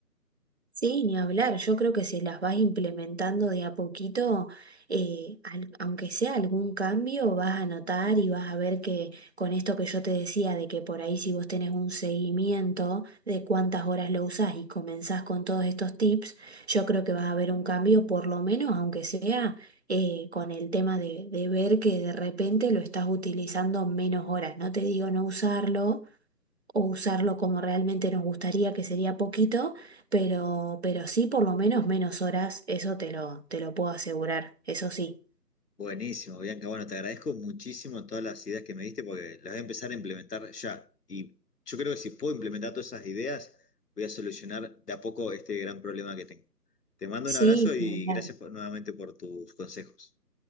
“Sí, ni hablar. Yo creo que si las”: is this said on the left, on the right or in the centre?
Right